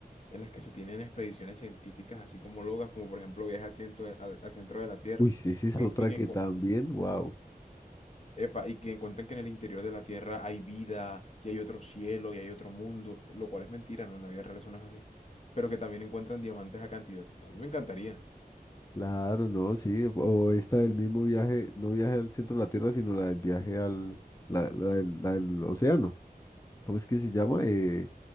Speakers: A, on the left (about 45°); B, on the left (about 20°).
A: en las que se tienen expediciones científicas así como locas, como por ejemplo viaje al, ciento- al, al centro de la Tierra,
B: uy, sí, esa es
A: y,
B: otra
A: y que,
B: que
A: encu-
B: también, wow.
A: Epa, y que encuentran que en el interior de la Tierra hay vida, y hay otro cielo, y hay otro mundo, lo cual es mentira, ¿no? En la vida real eso no es así. Pero que también encuentran diamantes a cantidad. A mí me encantaría.
B: Claro, no, sí, o esta del mismo viaje, no viaje al centro de la Tierra, sino la del viaje al, la, la del, la del océano. ¿Cómo es que se llama?
A: Bueno,
B: Eh,